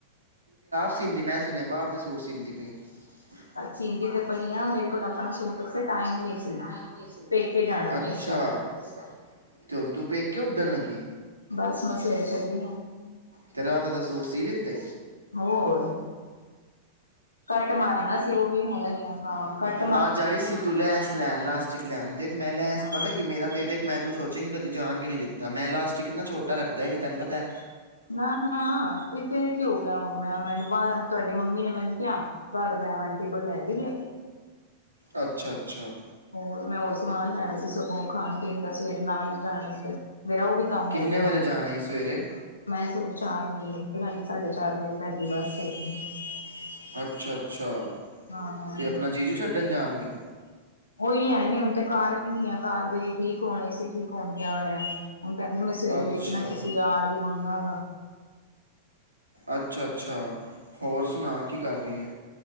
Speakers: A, on the right; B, on the left.
A: ਸੀਦੀ ਮੈਂ ਸੁਣਿਆ, ਬਾਹਰ। ਸੂਟ, ਸੀਂਦੀ ਪਈ। ੇ <unintelligible>
B: ਚੀਂਦੀ ਤੇ ਪਈ ਆ ਮੇਰੇ ਕੋਲ ਆਪਣਾ ਸੂਟ ਵਾਸਤੇ ਟਾਈਮ ਨਹੀਂ ਸੀ। ਪੇਕੇ ਜਾਣਾ ਇਸ ਕਰਕੇ
A: ਤੇੰ ਤੂੰ ਪੇਕੇ ਉੱਡਣ, ਲੱਗੀ ਏ।
B: ਬਸ ਮੈਂ ਸਵੇਰੇ ਚੱਲੀ ਹਾਂ
A: ਤੇ ਰਾਧਾ, ਦਾ ਸੂਟ ਸੀ ਲਿੱਤੇ।
B: ਹੋਰ। ਕੱਟ ਮਾਰਨਾ ਸੀ, ਉਹ ਵੀ ਹੁਣ? ਹਾਂ, ਕੱਟ।
A: ਆਜ ਆਈ ਸੀ ਤੂੰ ਲੈਂਸ ਲੈਨ, ਲਾਸਟਿਕ ਲੈਨ, ਦੇਖ ਮੈਂ ਲੈਂਸ
B: ਹਾਂ
A: ਪਤਾ ਕੀ ਮੇਰਾ ਤੇ ਦੇਖ ਮੈਂ ਤੂੰ ਸੋਚੇਂਗੀ ਕਦੀ ਜਾਨ ਕੇ ਨੀ ਦਿੱਤਾ, ਮੈਂ ਲਾਸਟਿਕ ਨਾ ਛੋਟਾ ਰੱਖਦਾ ਈ ਨੀ ਤੈਨ ਪਤੈ।
B: ਨਾ-ਨਾ ਇਥੇ ਕਿ ਹੋ ਗਿਆ। ਮੈਂ ਮੈਨੂੰ ਬਾਹਰੋਂ ਤੁਹਾਡੀ ਮੰਮੀ ਨੇ ਮੈਨੂੰ ਕਿਹਾ, ਬਾਹਰੋਂ ਮੈਂ ਆਟੀ ਕੋਲ ਲੈ ਵੀ ਗਿਆ।
A: ਅੱਛਾ-ਅੱਛਾ।
B: ਹੋਰ ਮੈਂ ਹੋਰ ਸਾਮਾਨ ਲੈਣਾ ਸੀ। ਸਗੋ ਖਾਣ -ਪੀਣ ਦਾ ਸਵੇਰੇ ਨਾਲ ਲੈ ਜਾਣ ਵਾਸਤੇ। ਮੇਰਾ ਉਵੀ ਕੰਮ
A: ਕਿੰਨੇ
B: ਹੋ ਜਾਣਾ।
A: ਵਜੇ ਸੀ ਸਵੇਰੇ
B: ਮੈ ਸਗੋਂ ਚਾਰ ਵਜੇ ਸਾਡੇ ਚਾਰ ਵਜੇ ਪਹਿਲੀ ਬਸ ਸੀ।
A: ਅੱਛਾ ਅੱਛਾ
B: ਹਾਂ।
A: ਤੇ ਆਪਣਾ ਜੀਜੂ ਛੱਡਣ ਜਾਣਗੇ।
B: ਉਹੀ ਹੈ ਨੀ ਹੁਣ ਤੇ ਕਾਰ ਰਹਿੰਦੀ ਆ ਕਾਰ ਠੀਕ ਹੋਂਣੇ ਸੀ, ਠੀਕ ਹੋਣ ਗਿਆ ਹੋਇਆ, ਹੁਣ ਕਹਿੰਦੀ ਮੈਂ ਸਵੇਰੇ
A: ਅੱਛਾ
B: ਵੇਖਣਾ ਕਿਸੇ ਯਾਰ ਦੀ ਮੰਗਗਾਂਗਾ।
A: ਅੱਛਾ- ਅੱਛਾ। ਹੋਰ ਸੁਣਾ ਕੀ ਕਰ ਰਹੀ ਏ